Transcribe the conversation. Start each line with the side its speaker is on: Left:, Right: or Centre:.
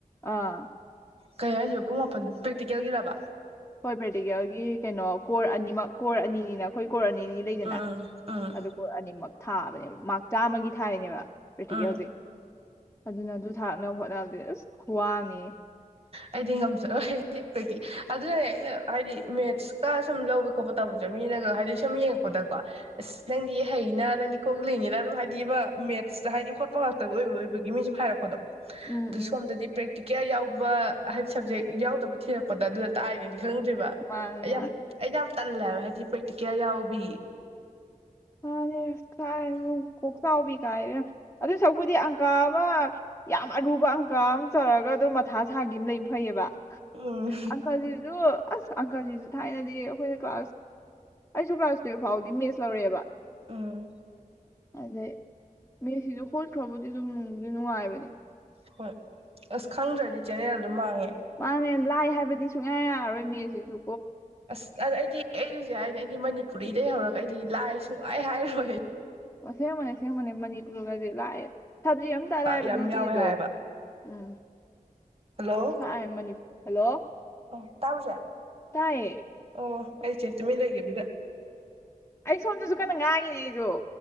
Left: ꯑꯥ
Right: ꯀꯩ ꯍꯥꯏꯔꯤꯕꯔꯤꯕ ꯄꯨꯡ ꯃꯥꯄꯟ ꯄ꯭ꯔꯦꯛꯇꯤꯀꯦꯜꯒꯤꯔꯕ
Left: ꯍꯣꯏ ꯄ꯭ꯔꯦꯇꯤꯀꯦꯜꯒꯤ ꯀꯩꯅꯣ ꯀꯣꯔ ꯑꯅꯤꯃꯛ ꯀꯣꯔ ꯑꯅꯤꯅꯤꯅ ꯑꯩꯈꯣꯏ ꯀꯣꯔ ꯑꯅꯤ ꯑꯅꯤ ꯂꯩꯗꯅ
Right: ꯎꯝ ꯎꯝ ꯎꯝ
Left: ꯑꯗꯨ ꯀꯣꯔ ꯑꯅꯤꯃꯛ ꯊꯥꯕꯅꯦꯕ ꯃꯥꯥꯛ ꯆꯥꯝꯃꯒꯤ ꯊꯥꯔꯤꯅꯦꯕ ꯄ꯭ꯔꯦꯛꯇꯤꯀꯦꯜꯖꯦ
Right: ꯎꯝ
Left: ꯑꯗꯨꯅ ꯑꯗꯨ ꯊꯥꯔꯛꯅꯕ ꯍꯣꯠꯅꯕꯗꯤ ꯑꯁ ꯈꯨ꯭ꯋꯥꯝꯅꯤꯍꯦ
Right: ꯑꯩꯗꯤ ꯉꯝꯖꯔꯣꯏ ꯑꯩꯗꯤ ꯄ꯭ꯔꯦꯇꯤ ꯑꯗꯨꯅꯩꯅ ꯑꯩꯅ ꯍꯥꯏꯗꯤ ꯃꯦꯠꯁꯀ ꯁꯨꯝ ꯂꯧꯕ ꯈꯣꯠꯄ ꯇꯧꯕꯁꯦ ꯃꯤꯅꯒ ꯍꯥꯏꯗꯤ ꯁꯨꯝ ꯌꯦꯡꯉꯛꯄꯗꯀꯣ ꯑꯁ ꯅꯪꯗꯤ ꯍꯩꯅ ꯅꯪꯗꯤ ꯀꯣꯂꯤꯅꯤꯅ ꯑꯗꯨꯝ ꯍꯥꯏꯗꯤ ꯑꯃ ꯃꯦꯠꯁꯇ ꯍꯥꯏꯗꯤ ꯍꯣꯠꯄ ꯉꯥꯛꯇꯕ ꯑꯣꯏꯕ ꯑꯣꯏꯕꯒꯤ ꯃꯤ ꯁꯨꯝ ꯍꯥꯏꯔꯛꯄꯗꯣ
Left: ꯎꯝ
Right: ꯑꯗꯣ
Left: ꯎꯝ
Right: ꯁꯣꯝꯗꯗꯤ ꯄ꯭ꯔ ꯇꯤ ꯀꯌꯥ ꯌꯥꯎ <unintelligible> ꯕꯥ ꯍꯥꯏꯗꯤ ꯁꯕꯖꯦꯛ ꯌꯥꯎꯗꯕ ꯊꯤꯔꯛꯄꯗ ꯑꯗꯨꯗ ꯇꯥꯏ ꯏꯉꯩꯗꯤ ꯈꯪꯗ꯭ꯔꯤꯕ
Left: ꯃꯥꯅꯦ
Right: ꯑꯩ ꯌꯥꯝ
Left: ꯃꯥꯅꯦ
Right: ꯑꯩꯗꯤ ꯌꯥꯝ ꯇꯜꯂꯦꯕ ꯍꯥꯏꯦꯗꯤ ꯄ꯭ꯔꯦꯛꯠꯤꯀꯦꯜ ꯌꯥꯎꯕꯤ
Left: ꯃꯅꯦ ꯀꯥꯏꯅꯣ ꯀꯣꯛꯆꯥꯎꯕꯤ ꯀꯥꯏ ꯑꯗꯨ ꯁꯛꯄꯨꯗꯤ ꯑꯪꯀꯥ ꯑꯃ ꯌꯥꯝ ꯑꯔꯨꯕ ꯑꯪꯀ ꯑꯃ ꯆꯥꯎꯧꯔꯒ ꯑꯗꯨꯝ ꯃꯊꯥ ꯁꯥꯒꯤ ꯑꯃ ꯂꯩꯅ ꯐꯩꯌꯦꯕ
Right: ꯎꯝ
Left: ꯑꯪꯀꯖꯤꯖꯨ ꯑꯁ ꯑꯪꯀꯖꯤꯁꯨ ꯊꯥꯏꯅꯗꯤ ꯑꯩꯈꯣꯏꯅ ꯀ꯭ꯂꯥꯁ ꯑꯩꯁꯨ ꯀ꯭ꯂꯥꯁ ꯇꯨꯌꯦꯜꯐ ꯐꯥꯎꯗꯤ ꯃꯦꯠꯁ ꯂꯧꯔꯛꯑꯦꯕ
Right: ꯎꯝ
Left: ꯑꯗꯩ ꯃꯦꯁꯤꯁꯨ ꯍꯣꯠꯈ꯭ꯔꯕꯨꯗꯤ ꯑꯗꯨꯝ ꯅꯨꯡꯕꯨꯗꯤꯗꯤ ꯅꯨꯡꯉꯥꯏꯕꯅꯦ
Right: ꯍꯣꯏ ꯑꯁ ꯈꯪꯗ꯭ꯔꯗꯤ ꯆꯦꯅꯦꯜ ꯑꯗꯨ ꯃꯥꯡꯉꯦ
Left: ꯃꯥꯅꯦ ꯂꯥꯏ ꯍꯥꯏꯕꯗꯤ ꯁꯨꯡꯌꯥ ꯌꯥꯔꯣꯏ ꯃꯤꯁꯤꯁꯨ
Right: ꯑꯁ ꯑ ꯑꯩꯗꯤ ꯑꯩ ꯍꯧꯖꯤꯛ ꯍꯥꯏꯅꯦ ꯑꯩꯗꯤ ꯃꯅꯤꯄꯨꯔꯤꯗꯩ ꯍꯧꯔꯒ ꯑꯩꯗꯤ ꯂꯥꯏ ꯁꯨꯡꯍꯥꯏ ꯍꯥꯏꯔꯣꯏ
Left: ꯑꯁꯦꯡꯕꯅꯦ ꯑꯁꯦꯡꯕꯅꯦ ꯃꯅꯤꯄꯨꯔꯒꯗꯤ ꯂꯥꯏꯑꯦ ꯁꯕꯖꯦꯛ ꯑꯃꯝꯇꯔꯥꯏꯕ
Right: ꯑ ꯌꯥꯝ
Left: ꯅꯠꯇꯦꯗꯣ
Right: ꯌꯥꯎꯋꯦ ꯍꯥꯏꯌꯦꯕ
Left: ꯎꯝ
Right: ꯍꯜꯂꯣ
Left: ꯀꯥꯏ ꯃꯅꯤ ꯍꯜꯂꯣ
Right: ꯑꯣ ꯇꯥꯕ꯭ꯔꯣ ꯆꯦ
Left: ꯇꯥꯏꯌꯦ
Right: ꯑꯣ ꯑꯩ ꯆꯦꯠ ꯇꯨꯃꯤꯟ ꯂꯩꯒꯤꯕꯗꯨꯗ
Left: ꯑꯩ ꯁꯣꯝꯗꯁꯨ ꯀꯟꯅ ꯉꯥꯏꯉꯤꯅꯦ ꯑꯩꯁꯨꯣ